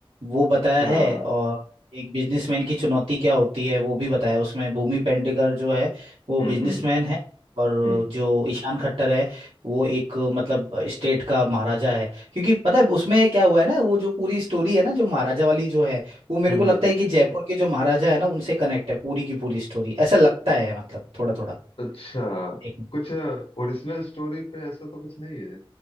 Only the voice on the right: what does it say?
वो बताया
है
और एक बिजनेसमैन की चुनौती क्या होती है वो भी बताया है उसमें भूमि पेडनेकर जो है वो
बिजनेसमैन है और
जो ईशान खट्टर है वो एक मतलब स्टेट का महाराजा है क्योंकि पता है उसमें क्या हुआ है ना वो जो पूरी स्टोरी है ना जो महाराजा वाली जो है वो मेरे
को लगता
है कि जयपुर के जो महाराजा है ना उनसे कनेक्ट है पूरी की पूरी स्टोरी ऐसा लगता है मतलब थोड़ा थोड़ा
एक मिनट।